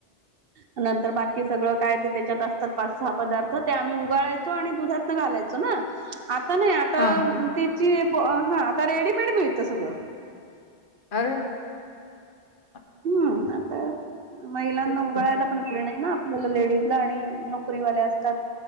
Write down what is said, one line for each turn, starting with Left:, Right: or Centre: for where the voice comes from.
Right: नंतर बाकी सगळं काय ते त्याच्यात असतात पाच सहा पदार्थ ते आम्ही उगाळायचो आणि दुधातन घालायचो ना ह आता नाही आता
Left: हां.
Right: त्याची हा आता रेडीमेड मिळत सगळं
Left: अरे वा!
Right: हं, आता महिलांना
Left: तेच तर.
Right: उगायला पण वेळ नाही ना. मला लेडीज ला आणि नोकरीवाल्या असतात